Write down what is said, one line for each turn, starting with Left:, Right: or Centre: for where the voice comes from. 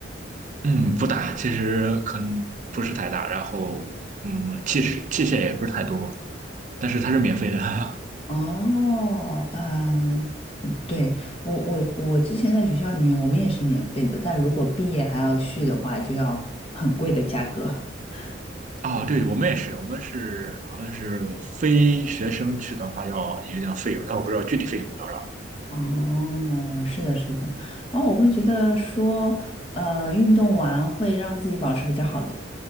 Right: 嗯，不大，其实可能不是太大，然后嗯，器械器械也不是太多，但是它是免费的。<laughs>
Left: 哦，嗯、对，我我我之前在学校里面，我们也是免费的，但如果毕业还要续的话，就要很贵的价格。<laughs>
Right: 哦，对，我们也是，我们是好像是非学生去的话要有一定费用，但我不知道具体费用是多
Left: 哦，是的，是的，然后我会觉得说，呃，运动完会让自己保持比较好的